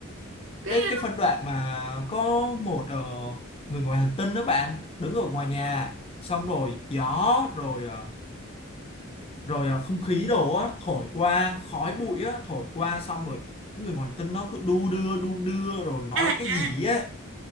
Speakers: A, on the right (about 65°); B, on the left (about 30°).
A: cái
B: cái cái phân đoạn mà có một ờ, người ngoài hành tinh đó bạn đứng ở ngoài nhà xong rồi gió rồi ờ, rồi ờ, không khí đổ á, thổi qua khói bụi á, thổi qua xong rồi những người ngoài hành tinh nó cứ đu đưa đu đưa rồi nói
A: ờ, à
B: cái gì
A: à
B: ấy